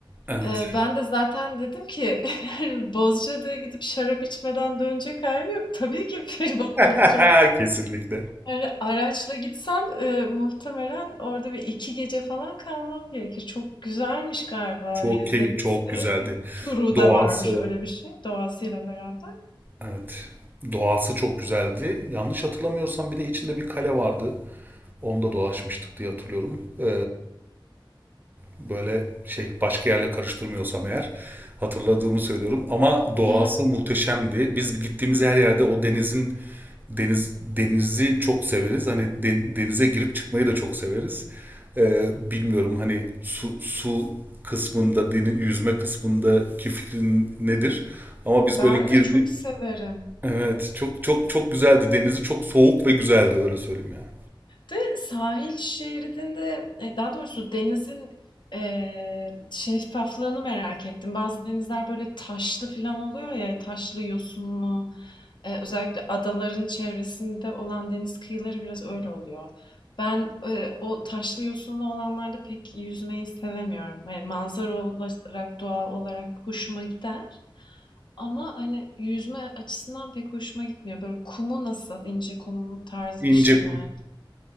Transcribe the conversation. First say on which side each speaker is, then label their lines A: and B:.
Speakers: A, on the right (about 20°); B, on the left (about 60°).
A: Evet.
B: E, ben de zaten dedim ki <laughs> yani Bozcaada'ya gidip şarap içmeden dönecek halim yok. Tabii ki feribotla
A: <laughs>
B: gideceğim.
A: Kesinlikle.
B: Yani araçla gitsem, eee, muhtemelen orada bir 2 gece falan kalmam gerekir. Çok güzelmiş galiba
A: Çok
B: lezzet,
A: key çok
B: eee,
A: güzeldi.
B: turu
A: Doğası
B: da varmış öyle bir şey doğasıyla beraber.
A: evet. Doğası çok güzeldi. Yanlış hatırlamıyorsam bir de içinde bir kale vardı. Onda dolaşmıştık diye hatırlıyorum. Ee, böyle şey başka yerle karıştırmıyorsam eğer hatırladığımı söylüyorum. Ama doğası
B: Hı
A: muhteşemdi. Biz gittiğimiz her yerde o denizin deniz denizi çok severiz. Hani de- denize girip çıkmayı da çok severiz. Ee, bilmiyorum hani su su kısmında, deniz yüzme kısmındaki fikrin nedir? Ama biz
B: Ben
A: böyle girdi.
B: de çok severim.
A: Evet, çok çok çok güzeldi. Denizi çok soğuk ve güzeldi öyle söyleyeyim ya.
B: De sahil şeridinde, e, daha doğrusu denizin eee, şeffaflığını merak ettim. Bazı denizler böyle taşlı falan oluyor ya, taşlı, yosunlu. E, özellikle adaların çevresinde olan deniz kıyıları biraz öyle oluyor. Ben e, o taşlı yosunlu olanlarda pek yüzmeyi sevemiyorum. Yani manzara olarak, doğa olarak hoşuma gider. Ama hani yüzme açısından pek hoşuma gitmiyor. Böyle kumu nasıl, ince kum tarzı
A: İnce
B: bir şey mi?
A: kum.